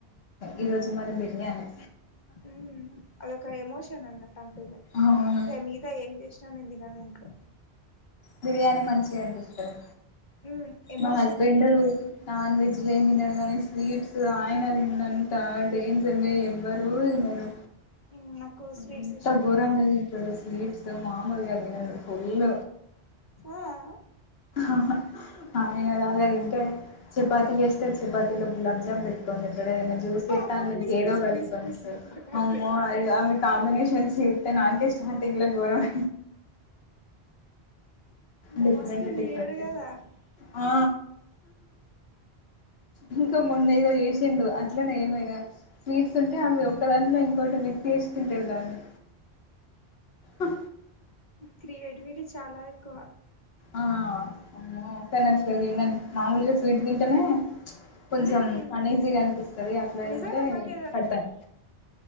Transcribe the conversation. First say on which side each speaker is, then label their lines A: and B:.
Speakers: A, on the left; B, on the left.
A: ఈరోజు మరి బిర్యానీ
B: ఉమ్ అదొక ఎమోషన్ అన్నట్ అంతే ఇగ
A: అవును
B: మీగత ఏం చేస్ <unintelligible> నందినకు
A: బిర్యానీ మంచిగా అనిపిస్తది
B: ఉమ్ ఎమోషన్
A: మా హస్బెండ్
B: అది ఇగ
A: నాన్ వెజ్ అసలు ఏం తినడు కానీ స్వీట్స్ ఆయన తిన్నంత డేంజర్గా ఎవ్వరూ తినరు
B: ఉమ్ నాకు స్వీట్స్
A: ఎంత
B: ఇష్టం
A: గోరంగా
B: లేదు
A: తింటాడో స్వీట్స్ ఇద మాములుగా తినడు ఫుల్
B: ఆ ఆ!
A: ఆహా ఆయనదాయిన తింటే చపాతి చేస్తే చపాతిలోకి గులాబ్ జామ్ పెట్టుకోనీ తింటాడు ఏదన్నా జ్యూస్ చేస్తే
B: బాబా ప్లీజ్
A: ఇంకేదో
B: ప్లీజ్
A: కలుపుకొని
B: ప్లీజ్ ప్లీజ్
A: తింటాడు
B: చెప్పకండి
A: అమ్మో అవి అ కాంబినేషన్స్ చేస్తే నాకే స్టార్టింగ్ లో గౌరవం
B: మా
A: డిఫరెంట్
B: మస్తు
A: డిఫరెంట్
B: వియర్డ్ కదా
A: ఆ ఇంకా మున్న ఏదో చేసిండు అట్లనే ఏమైనా స్వీట్స్ ఉంటే అవి ఒక్కదానిలో ఇంకోటి మిక్స్ చేస్తుంటారు దాన్ని ఆ
B: క్రియేటివిటీ చాలా ఎక్కువ
A: ఆఁ అమ్మో అస్సల్ నచ్చలేదు ఈవెన్ మాములుగా స్వీట్ తింటేనే ప్చ్ కొంచెం
B: ఉమ్
A: అనీజీగా అనిపిస్తది అట్ల
B: నిజంగా
A: తింటే
B: నాకు
A: కట్టన్